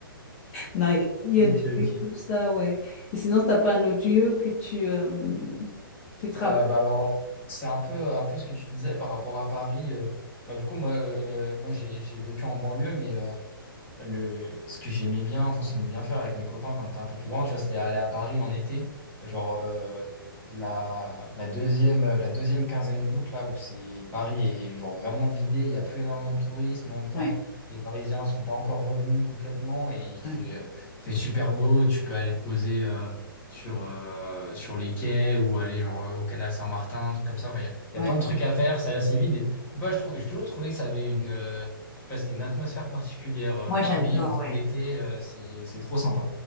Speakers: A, on the left; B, on the left.
A: Non, il y, a il y
B: Ok,
A: a des lieux
B: ok.
A: comme ça, ouais. Et sinon, t'as pas un autre lieu que tu euh, qui te rappelle.
B: Euh, bah alors, c'est un peu, un peu ce que tu disais par rapport à Paris. euh, Bah, du coup, moi, euh, moi j'ai, j'ai vécu en banlieue, mais. euh, le, ce que j'aimais bien, enfin, ce que j'aimais bien faire avec mes copains quand t'es un peu plus grand, tu vois, c'était aller à Paris en été, genre euh, la, la deuxième, la deuxième quinzaine d'août, là où c'est Paris est genre vraiment vidé, il n'y a plus énormément de touristes, mais en même temps,
A: Ouais,
B: les Parisiens sont pas encore revenus complètement et il fait,
A: ouais,
B: euh, il fait super beau, tu peux aller te poser euh, sur, euh, sur les quais ou aller genre euh, au canal Saint-Martin, un truc comme ça, enfin, il y a, il
A: ouais.
B: y a plein de trucs à faire, c'est assez vide et je sais pas, je trouve, j'ai toujours trouvé que ça avait une. euh, Ouais, c'était une atmosphère particulière. euh,
A: Moi, j'adore,
B: Paris en fin
A: ouais.
B: d'été, euh, c'est c'est trop sympa.